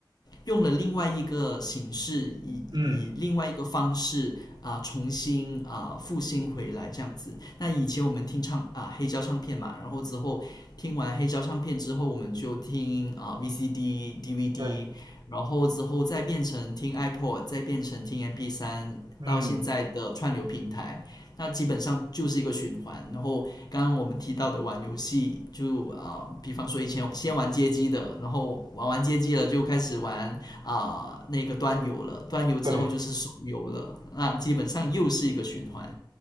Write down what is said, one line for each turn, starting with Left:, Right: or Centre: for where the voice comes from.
Left: 用了另外一个形式，以以另外一个方式啊、
Right: 嗯，
Left: 重新啊、复兴回来这样子。那以前我们听唱啊、黑胶唱片嘛，然后之后听完黑胶唱片之后，我们就听啊、VCD、DVD，
Right: 对，
Left: 然后之后再变成听 iPod，再变成听 MP3，
Right: 嗯
Left: 到现在的串流平台。那基本上就是一个循环。然后刚刚我们提到的玩游戏，就啊、呃比方说以前先玩街机的，然后玩完街机了就开始玩啊、呃那个端游了，端游之后就是手游了，
Right: 对。
Left: 那基本上又是一个循环。